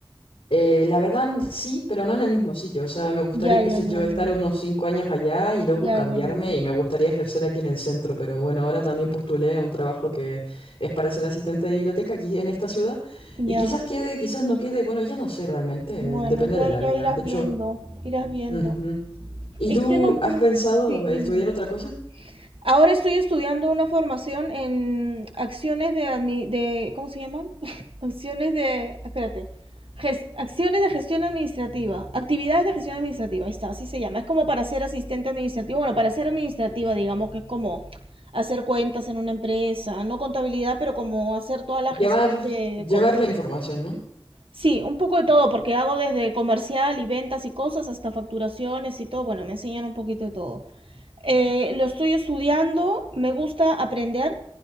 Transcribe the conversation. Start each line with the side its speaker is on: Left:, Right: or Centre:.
Left: Eh, la verdad sí, pero no en el mismo sitio. O sea, me gustaría,
Right: Ya,
Left: qué
Right: ya,
Left: sé
Right: ya,
Left: yo, estar
Right: ya.
Left: unos cinco años allá y luego
Right: Ya,
Left: cambiarme
Right: ya, ya.
Left: y me gustaría ejercer aquí en el centro. Pero bueno, ahora también postulé a un trabajo que es para ser asistente de biblioteca aquí en esta ciudad.
Right: Ya.
Left: Y quizás quede, quizás no quede. Bueno, ya no sé realmente. eh,
Right: Bueno,
Left: Depende
Right: ya,
Left: de la
Right: ya
Left: vida.
Right: irás
Left: De hecho,
Right: viendo. Irás viendo.
Left: ujú. ¿Y
Right: Y
Left: tú
Right: tengo,
Left: has
Right: ten-
Left: pensado
Right: Sí,
Left: estudiar
Right: dime, dime.
Left: otra cosa?
Right: Ahora estoy estudiando una formación en acciones de, admi- de ¿cómo se llaman? <laughs> acciones de, espérate, Ges- acciones de gestión administrativa, actividades de gestión administrativa, ahí está, así se llama. Es como para ser asistente administrativo, bueno, para ser administrativa, digamos que es como hacer cuentas en una empresa, no contabilidad, pero como hacer toda la
Left: Llevar,
Right: gestión de
Left: llevar
Right: cosas.
Left: la información, ¿no?
Right: Sí, un poco de todo, porque hago desde comercial y ventas y cosas hasta facturaciones y todo. Bueno, me enseñan un poquito de todo. Eh, lo estoy estudiando, me gusta aprender,